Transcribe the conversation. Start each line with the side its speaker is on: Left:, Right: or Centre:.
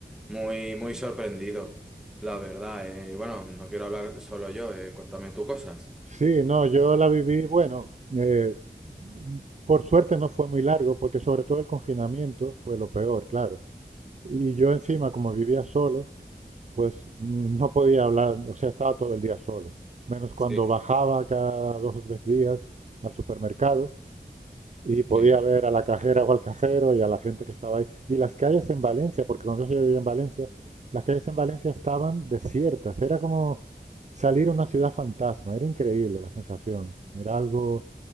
Centre: muy, muy sorprendido, la verdad. eh. Y bueno, no quiero hablar solo yo, eh, cuéntame tú cosas.
Right: Sí, no, yo la viví, bueno, eh, por suerte no fue muy largo, porque sobre todo el confinamiento fue lo peor, claro. Y yo encima, como vivía solo, pues <laughs> mm, no podía hablar, o sea, estaba todo el día solo, menos cuando
Centre: Sí,
Right: bajaba cada dos o tres días al supermercado y podía
Centre: sí,
Right: ver a la cajera o al cajero y a la gente que estaba ahí. Y las calles en Valencia, porque cuando yo sí vivía en Valencia, las calles en Valencia estaban desiertas. Era como salir a una ciudad fantasma. Era increíble la sensación. Era algo